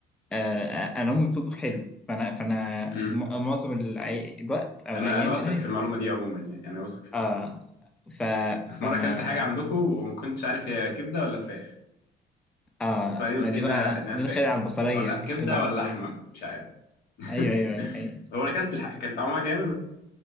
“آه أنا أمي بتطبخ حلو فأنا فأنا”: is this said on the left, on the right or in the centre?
Centre